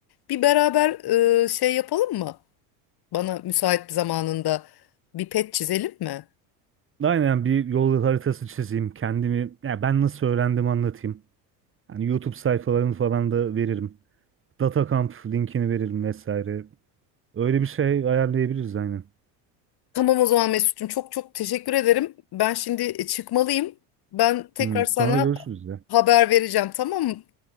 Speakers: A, on the left; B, on the right.
A: Bir beraber e, şey yapalım mı? Bana müsait bir zamanında bir pet çizelim mi?
B: Aynen bir yol haritası çizeyim. Kendimi, ya ben nasıl öğrendim anlatayım. Yani YouTube sayfalarını falan da veririm. DataCamp linkini veririm vesaire. Öyle bir şey ayarlayabiliriz aynen.
A: Tamam o zaman Mesut'cum çok çok teşekkür ederim. Ben şimdi e, çıkmalıyım. Ben tekrar
B: Hı,
A: sana
B: Sonra görüşürüz de.
A: haber vereceğim tamam mı?